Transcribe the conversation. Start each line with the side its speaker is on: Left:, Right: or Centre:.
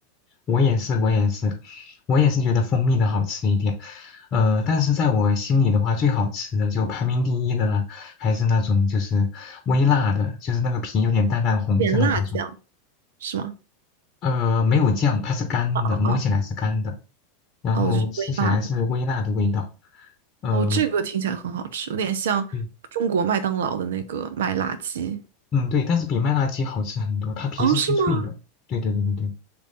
Left: 我也是，我也是，我也是觉得蜂蜜的好吃一点。呃，但是在我心里的话，最好吃的就排名第一的啦，还是那种就是微辣的，就是那个皮有点淡淡红色的那种。
Right: 点辣酱是吗？
Left: 呃，没有酱，它是干的，
Right: 哦哦哦
Left: 摸起来是干的，然后吃起来是微辣的味道。
Right: 哦，就是微辣的。
Left: 呃，
Right: 哦，这个听起来很好吃，有点像中国麦当劳的那个麦辣鸡。
Left: 对，嗯，对，但是比麦辣鸡好吃很多，它皮是脆脆的。
Right: 哦，是吗？
Left: 对对对对对。